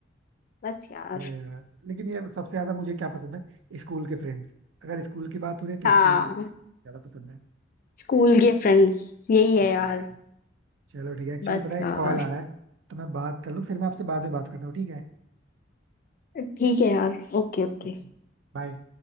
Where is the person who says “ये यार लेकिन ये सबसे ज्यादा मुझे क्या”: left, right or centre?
Right